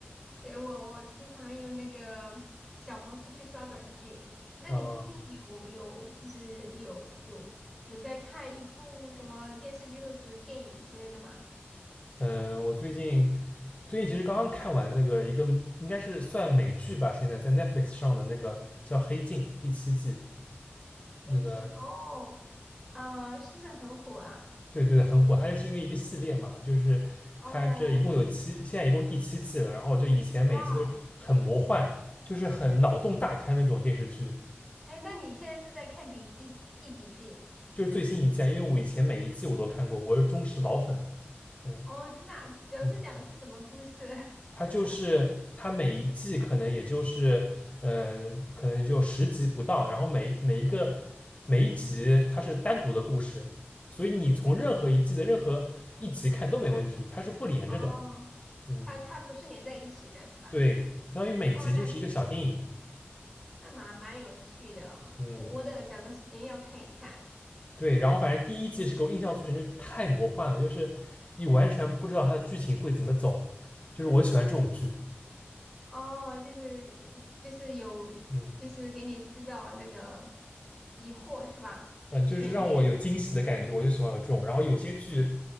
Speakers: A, in the centre; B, on the left.
A: 对，我我经常用那个小红书去刷短剧。那你最近有有就是有有有在看一部什么电视剧或是电影之类的吗？
B: 嗯嗯，我最近最近其实刚刚看完那个一个应该是算美剧吧，现在在 Netflix 上的那个叫《黑镜》第七季，
A: 黑镜哦，
B: 那个
A: 啊、是不是很火啊？
B: 对对对，很火。它就是因为一个系列嘛，就是它这一共有七，
A: 哦，
B: 现在一共第七季了。然后就以前每一季都是很魔幻，
A: 哇，
B: 就是很脑洞大开那种电视剧。
A: 哎，那你现在是在看第几第几季？
B: 就是最新一季啊因为我以前每一季我都看过，我是忠实老粉。嗯
A: 哦，真的啊主要是讲的是什么故事？
B: 嗯，
A: <laughs>
B: 它就是它每一季可能也就是呃，可能就十集不到，然后每每一个每一集它是单独的故事，所以你从任何一季的任何一集看都没问题，它是不连着的。
A: 哦，
B: 嗯。
A: 它它不是连在一起的，是吧？
B: 对，相当于每集就是一个小电影。
A: 哦，那那蛮蛮有趣的哦，
B: 嗯，
A: 我我得找个时间要看一看。
B: 对。然后反正第一季是给我印象最深，就是太魔幻了，就是你完全不知道它的剧情会怎么走。就是我喜欢这种剧，
A: 哦，就是就是有就是给你制造那个
B: 嗯
A: 疑惑是吧？
B: 嗯、呃就是让我有惊喜的感觉，
A: 悬念。
B: 我就喜欢有这种。然后有些剧